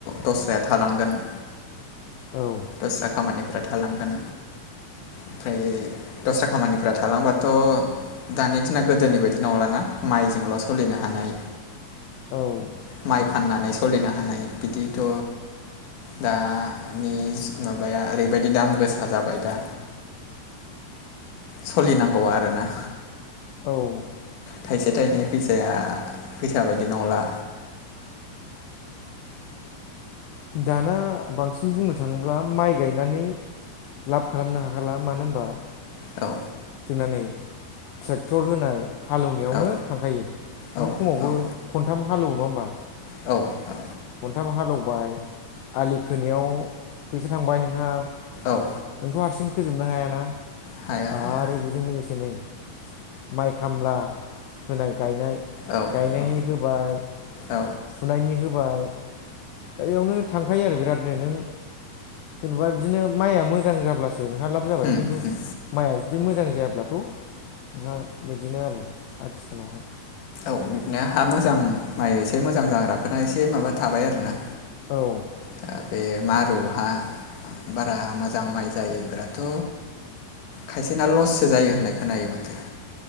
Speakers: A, on the left; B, on the left.
A: दस्राया थालांगोन
B: औ
A: दस्रा खामानिफोरा थालांगोन ओमफ्राय दस्रा खामानिफोरा थालांबाथ' दानि दिना गोदोनि बायदि नंलाना माइजोंल' सोलिनो हानाय
B: औ
A: माइ फाननानै सोलिनो हानाय बिदिथ' दानि माबाया ओरैबायदि दाम गोसा जाबाय दा सोलिनांगौ आरोना
B: औ
A: थाइसे थाइनै
B: दा
A: फैसाया फैसा बायदि नंला
B: दाना बांसिन बुंनो थाङोब्ला माइ गायनानै लाब खालामनो हाखाला मानो होनबा
A: औ
B: जोंना नै ट्रेक्टर होनाय हालेवनायावनो
A: औ
B: थांखायो
A: औ
B: नों खमावबो
A: औ
B: खनथाम हालेवो नङा होमबा
A: औ औ
B: खोनथाम हालेवबाय आलि खोनायाव फैसा थांबाय नोंहा
A: औ
B: नोंथ' हारसिं फोजोबनो हायाना
A: हाया
B: आरो
A: हाया
B: बेजों लोगोसे नै माइ खामला होनाय गायनाय गायनायनि
A: औ औ
B: होबाय
A: औ
B: फुनायनि होबाय दा बेयावनो थांखायो आरो बिरादनो नों जेनेबा बिदिनो माइआ मोजां जाब्लासो खारलाब जाबाय
A: होम
B: खिन्थु
A: होम
B: माइआ बिदि मोजां जायाब्लाथ' नोंहा बिदिनो आरो आथिखालावहाय
A: औ बिदिनो हा मोजां माइ एसे मोजां जाग्राफोराना एसे माबा थाबाय आरोना
B: औ
A: दा बे मारुहा बारा मोजां माइ जायैफोराथ' खायसेना लससो जायो होननाय खोनायो माथो